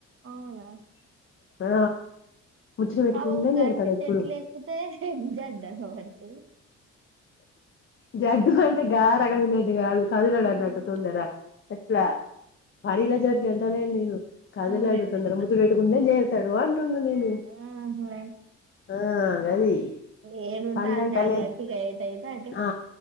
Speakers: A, on the right; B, on the left.
A: అవునా
B: ఆ ముచ్చట పెట్టుకుంటేనే
A: పావ గళ
B: తిడతాడు ఎప్పుడు
A: చెట్లేకుతే మజా దగా పడత
B: జడ్డు అంటే గగా రగడి అ కదులలన్నాట
A: ఆహా
B: తొందర ఎట్లా మరిల జ దడ్డాలడి నేను కదలాడుతుంద్ర
A: ఉమ్.
B: ము గుతు పెట్టుకుంటే చేరుతాడు అంటున్నా నేను
A: ఆహా
B: ఆ గది
A: ఏడుంటా
B: పండ్లంటలే
A: అనిను బట్టి గైట్ అయితే అంటే
B: ఆ